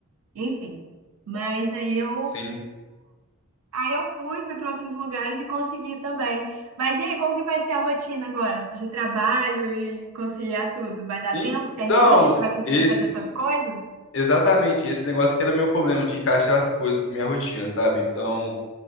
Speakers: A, on the right; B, on the left.
A: Enfim. Mas aí eu.
B: sim.
A: Aí eu fui, fui para outros lugares e consegui também. Mas e aí, como que vai ser a rotina agora de trabalho e conciliar tudo? Vai dar
B: Então,
A: tempo certinho? Você vai conseguir
B: esse.
A: fazer suas coisas?
B: Exatamente, esse negócio que era meu problema de encaixar as coisas com minha rotina, sabe? Então,